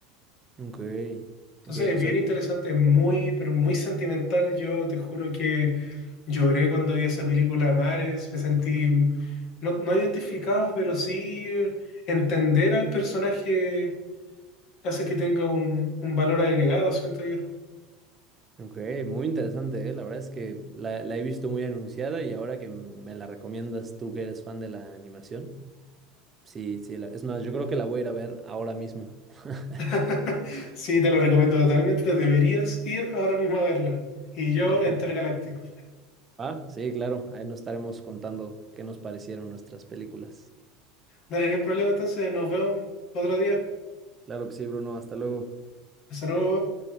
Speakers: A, on the right; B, on the left.
A: Ok.
B: Entonces
A: Ok,
B: es
A: o sea,
B: bien interesante, es muy, pero muy sentimental. Yo te juro que lloré cuando vi esa película Mares, me sentí mm, no, no identificado, pero sí eh, entender al personaje hace que tenga un, un valor agregado, siento yo.
A: ok, muy interesante, ¿eh? La verdad es que la, la he visto muy anunciada y ahora que me la recomiendas tú que eres fan de la animación. Sí, sí, la- es más, yo creo que la voy a ir a ver ahora mismo. <laughs>
B: <laughs> Sí, te la recomiendo totalmente, deberías ir ahora mismo a verla. Y yo,
A: Perfecto.
B: Intergaláctico.
A: Ah, sí, claro, ahí nos estaremos contando qué nos parecieron nuestras películas.
B: No hay ningún problema, entonces nos vemos otro día.
A: Claro que sí, Bruno, hasta luego.
B: Hasta luego.